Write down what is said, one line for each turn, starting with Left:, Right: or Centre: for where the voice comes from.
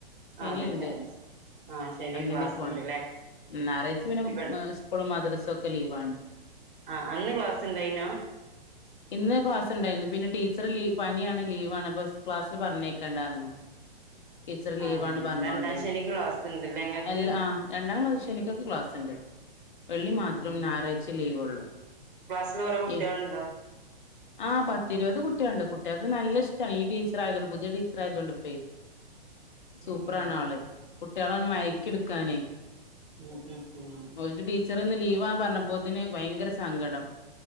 Left: ശനിണ്ട്
Right: ആഹ് പിന്നെ ആഹ് ശനി
Left: അങ്ങനെ
Right: ക്ലാസ്
Left: പോണ്
Right: ഉണ്ട്ല്ലേ
Left: നാറായ്ച പിന്നെ
Right: ഇവൾ
Left: മ സ്കൂളും മദ്രസ ഒക്കെ ലീവാണ്.
Right: ആഹ് അന്ന് ക്ലാസ് ഉണ്ടായിനോ
Left: ഇന്ന് ക്ലാസുണ്ടായിരുന്നു പിന്നെ ടീച്ചർ ലീവ് പനിയാണ് ലീവാണ് അപ്പൊ ക്ലാസ്സിൽ പറഞ്ഞേക്കണ്ടാ പറഞ്ഞു. ടീച്ചർ ലീവാണ്
Right: ആ
Left: പറഞ്ഞോണ്ടേ
Right: രണ്ടാം ശനിക്ക് ക്ലാസ് ഉണ്ടല്ലേ ഇങ്ങക്ക്
Left: എല്ല ആ രണ്ടാം ക്ലാ ശെനിക്കൊക്കെ ക്ലാസുണ്ട് വെള്ളി മാത്രം
Right: ഉം
Left: ഞായറാഴ്ച്ച ലീവ് ഉള്ളു.
Right: ക്ലാസ്സില് കൊറെ കുട്ടികളുണ്ടോ
Left: എ ആഹ് പത്തിരുപത് കുട്ട്യാള്ണ്ട് കുട്ട് കുട്ട്യാക്ക് നല്ലഷ്ടാ ഈ ടീച്ചറായതോണ്ട് പുതിയ ടീച്ചറായതോണ്ട് പ്പെ സൂപ്പറാണ്
Right: ഉം
Left: ആള് കുട്ട്യാളങ് മയക്കിട്ക്കാനെ
Right: ഉം ഉം ഉം ഉം
Left: ഓൽത് ടീച്ച ന്ന് ഇന്ന് ലീവാ പറഞ്ഞപ്പോത്തിന് ഭയങ്കര സങ്കടം